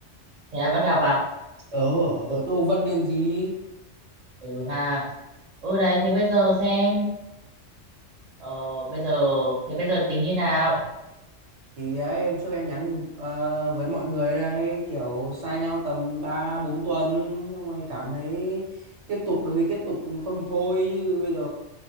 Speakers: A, on the right (about 40°); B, on the right (about 70°).
A: thế à, bắt gặp à?
B: ở
A: Ừ.
B: ở Tô Vân nên gì
A: ừ ha ừ đấy thế bây giờ xem ờ, bây giờ thế bây giờ tính như nào
B: Thì ấy, em trước em nhắn ờ, với mọi người đây kiểu xa nhau tầm 3 4 tuần xong rồi cảm thấy tiếp tục được thì tiếp tục không thì thôi chứ bây giờ